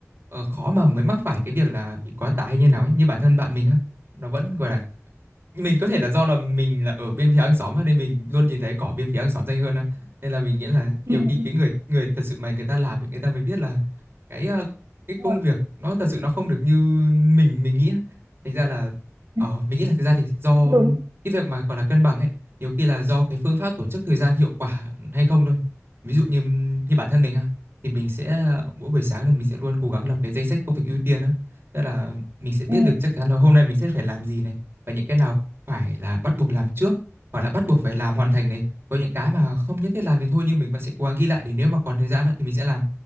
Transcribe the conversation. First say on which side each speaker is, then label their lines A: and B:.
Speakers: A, on the right; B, on the right.
A: ờ, khó mà mới mắc phải cái việc là bị quá tải hay như nào ấy như bản thân bạn mình á nó vẫn gọi là mình có thể là do là mình là ở bên phía hàng xóm nên mình luôn nhìn thấy cỏ bên phía hàng xóm xanh hơn á. Nên là mình nghĩ là nhiều
B: ừ,
A: khi
B: ừ,
A: cái người người thật sự mà người ta làm ấy, người ta mới biết là cái ờ, cái công
B: đúng rồi,
A: việc nó thật sự nó không được như mình mình nghĩ. á. Thành ra là ờ
B: ừ,
A: mình nghĩ là thực ra thì do
B: đúng
A: cái việc mà gọi là cân bằng ấy, nhiều khi là do cái phương pháp tổ chức thời gian hiệu quả hay không thôi. Ví dụ như như bản thân mình á thì mình sẽ ờ, mỗi buổi sáng là mình sẽ luôn cố gắng lập cái danh sách công việc ưu tiên á. Tức là mình sẽ biết
B: ừ.
A: được chắc chắn là hôm nay mình sẽ phải làm gì này và những cái nào phải là bắt buộc làm trước hoặc là bắt buộc phải làm hoàn thành này có những cái mà không nhất thiết làm thì thôi nhưng mình vẫn sẽ cố gắng ghi lại để nếu mà còn thời gian á, thì mình sẽ làm